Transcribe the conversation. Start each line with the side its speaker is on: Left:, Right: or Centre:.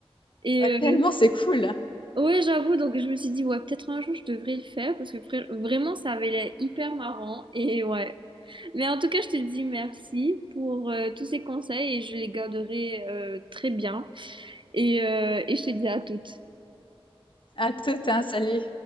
Right: Et
Left: Ouais,
Right: euh,
Left: tellement c'est cool.
Right: ouais, j'avoue, donc je me suis dit, ouais, peut-être un jour je devrais le faire parce que vra- vraiment, ça avait l'air hyper marrant. Et ouais. Mais en tout cas, je te dis merci pour euh, tous ces conseils et je les garderai euh, très bien. Et, euh, et je te dis à toutes.
Left: À tout, hein, salut.